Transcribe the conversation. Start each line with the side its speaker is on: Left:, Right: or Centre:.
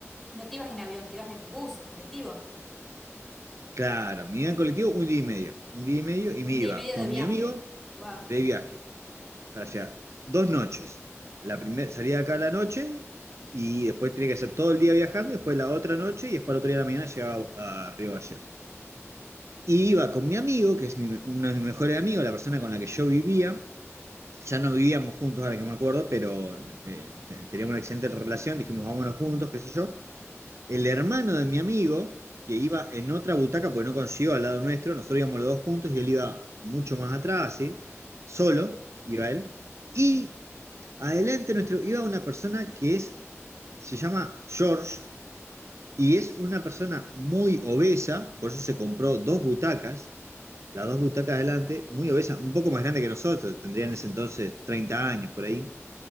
Centre: No te ibas en avión, te ibas en bus, en colectivo.
Right: claro, me iba en colectivo un día y medio. Un día y medio y
Centre: Un
Right: me iba
Centre: día y medio
Right: con
Centre: de viaje.
Right: mi amigo
Centre: Wow.
Right: de viaje para allá. Dos noches. La primera salía de acá a la noche y después tenía que hacer todo el día viajando y después la otra noche y después el otro día de la mañana llegaba a Río Gallegos. Y iba con mi amigo, que es mi- uno de mis mejores amigos, la persona con la que yo vivía. Ya no vivíamos juntos, ahora que me acuerdo, pero eh, te- teníamos una excelente relación. Dijimos, vámonos juntos, qué sé yo. El hermano de mi amigo, que iba en otra butaca, porque no consiguió al lado nuestro, nosotros íbamos los dos juntos y él iba mucho más atrás, así, solo, iba él. Y adelante nuestro iba una persona que es, se llama George, y es una persona muy obesa, por eso se compró dos butacas, las dos butacas adelante, muy obesa, un poco más grande que nosotros, tendría en ese entonces 30 años por ahí.